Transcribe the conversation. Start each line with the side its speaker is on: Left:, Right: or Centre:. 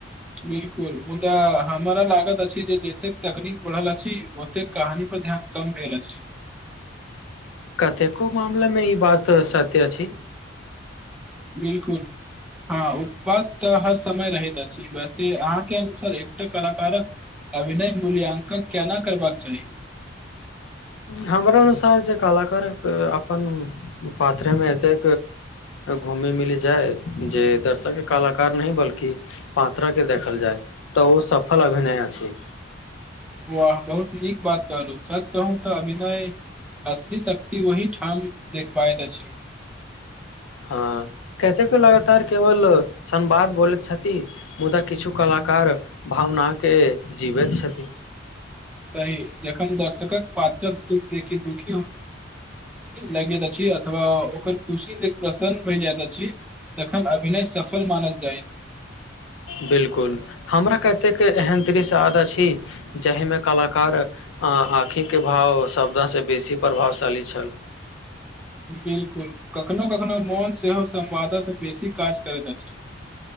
Centre: बिल्कुल मुदा हमरा लागत अछि जे जते तकनीकऽ बढ़ल अछि ओते कहानी पर ध्यान कम भेल छै
Left: कतेको माला मे ई बात सत्य अछि
Centre: बिल्कूल हँ उत्पाद तऽ हर समय रहैत अछि वैसे अहाँके अनुसार एकटा कलाकारक अभिनय मूल्यांकन केना करबाक चाही
Left: हमर अनुसार जे कलाकार अपन पात्रे मे एतै घूमै मिली जाइ जे दर्शक कलाकार नहि बल्कि पात्र के देखल जाय तऽ ओ सफल अभिनय अछि
Centre: वुआह बहुत नीक बात कहलु सच कहू त अभिनय असली शक्ति वही ठाम देखबाैत अछि
Left: हँ कते के लगातार केवल संवाद बोलै छथि मुद्दा किछु कलाकार भावनाके जीवैत छथि
Centre: सही जखन दर्शक पात्रक दुःख देखी दुःखी हो लगैत अछि अथवा ओकर खुशी प्रसन्न भय जाइत अछि तखन अभिनय सफल मानल जायत
Left: बिल्कुल हमरा क एतेक एहन दृश्य याद अछि जाहिमे कलाकार आँखिके भाव शब्द से बेसी प्रभावशाली छल
Centre: बिल्कुल कखनो कखनो मोन सेहो समवादा सँ बेसी काज करैत अछि